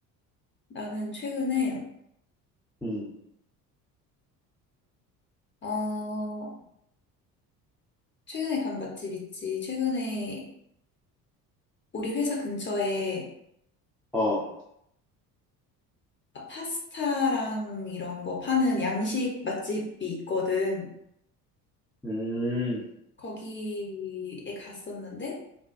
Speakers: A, on the left; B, in the centre.
A: 나는 최근에
B: 음,
A: 어, 최근에 간 맛집 있지. 최근에 우리 회사 근처에
B: 어,
A: 파스타랑 이런 거 파는 양식 맛집이 있거든.
B: 음,
A: 거기에 갔었는데